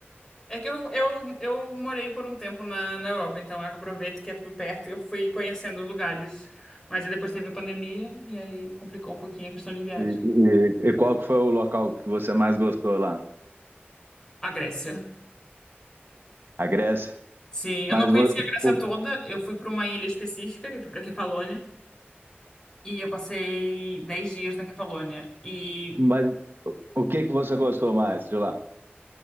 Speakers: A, on the left; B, on the right.
A: É que eu, eu, eu morei por um tempo na, na Europa, então eu aproveito que é tudo perto e eu fui conhecendo os lugares. Mas aí depois teve a pandemia e aí complicou um pouquinho a questão de viagem.
B: E, e- e qual que foi o local que você mais gostou lá?
A: A Grécia.
B: A Grécia?
A: Sim, eu
B: Mas,
A: não conhecia
B: vo-
A: a Grécia
B: o-
A: toda. Eu fui para uma ilha específica, eu fui para Kefalônia, e eu passei 10 dias na Kefalônia. E
B: mas o que que você gostou mais de lá?